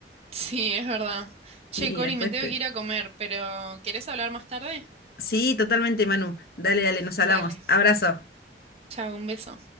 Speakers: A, on the right (about 35°); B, on the left (about 55°).
A: Sí, es verdad. Che,
B: Y
A: Cori,
B: después
A: me tengo
B: te...
A: que ir a comer, pero ¿querés hablar más tarde?
B: Sí, totalmente, Manu. Dale, dale, nos hablamos.
A: Dale.
B: Abrazo.
A: Chao, un beso.